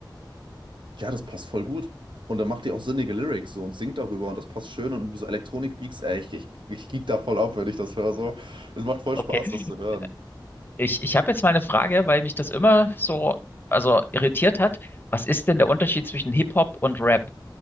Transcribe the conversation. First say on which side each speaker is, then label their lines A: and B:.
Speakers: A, on the right; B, on the left.
A: ja, das passt voll gut. Und dann macht die auch sinnige Lyrics so und singt darüber und das passt schön und so Elektronik-Beats, ey, ich, ich, ich geek da voll ab, wenn ich das höre so. Es macht voll
B: okay.
A: Spaß, das zu hören.
B: Ich, ich habe jetzt meine Frage, weil mich das immer so, also irritiert hat. Was ist denn der Unterschied zwischen Hip-Hop und Rap?